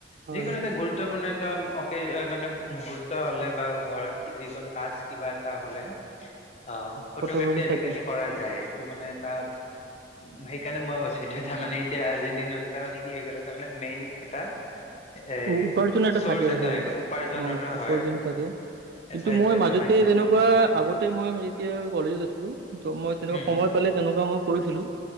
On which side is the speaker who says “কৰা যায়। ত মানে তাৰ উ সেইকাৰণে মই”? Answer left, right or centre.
Left